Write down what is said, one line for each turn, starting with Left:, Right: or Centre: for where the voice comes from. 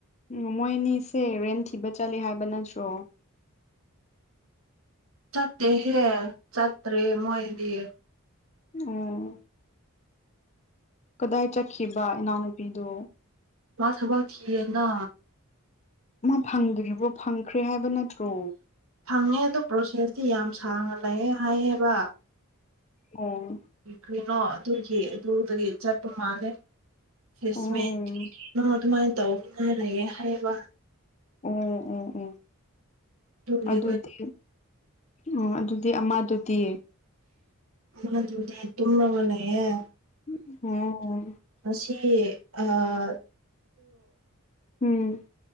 Left: ꯎ ꯃꯣꯏ ꯑꯅꯤꯁꯦ ꯔꯦꯟ ꯊꯤꯕ ꯆꯠꯂꯦ ꯍꯥꯏꯕ ꯅꯠꯇ꯭ꯔꯣ
Right: ꯆꯠꯇꯦꯍꯦ ꯆꯠꯇ꯭ꯔꯦ ꯃꯣꯏꯗꯤ
Left: ꯎꯝ ꯀꯗꯥꯏ ꯆꯠꯈꯤꯕ ꯏꯅꯥꯎꯅꯨꯄꯤꯗꯣ
Right: ꯃꯥ ꯊꯕꯛ ꯊꯤꯌꯦꯅ
Left: ꯃꯥ ꯐꯪꯗ꯭ꯔꯤꯕ꯭ꯔꯣ ꯐꯪꯈ꯭ꯔꯦ ꯍꯥꯏꯕ ꯅꯠꯇ꯭ꯔꯣ
Right: ꯐꯪꯉꯦ ꯑꯗꯨꯗꯣ ꯄ꯭ꯔꯣꯁꯦꯁꯇꯤ ꯌꯥꯝ ꯁꯥꯡꯅ ꯂꯩꯌꯦ ꯍꯥꯏꯌꯦꯕ
Left: ꯑꯣ
Right: ꯀꯩꯅꯣ ꯑꯗꯨꯒꯤ ꯑꯗꯨꯗꯒꯤ ꯆꯠꯄ ꯃꯥꯜꯂꯦ ꯏꯁꯃꯦ
Left: ꯑꯣ
Right: ꯑꯗꯨꯃꯥꯏꯅ ꯇꯧꯅꯔꯦ ꯍꯥꯏꯕ
Left: ꯎꯝ ꯎꯝ ꯎꯝ
Right: ꯑꯗꯨꯒꯤ
Left: ꯑꯗꯨꯗꯤ ꯑꯣ ꯑꯗꯨꯗꯤ ꯑꯃꯗꯨꯗꯤ
Right: ꯃꯥ ꯆꯗ ꯇ ꯋꯥꯂꯌꯦꯦ
Left: ꯑꯣ
Right: ꯃꯁꯤ ꯑꯣ
Left: ꯎꯝ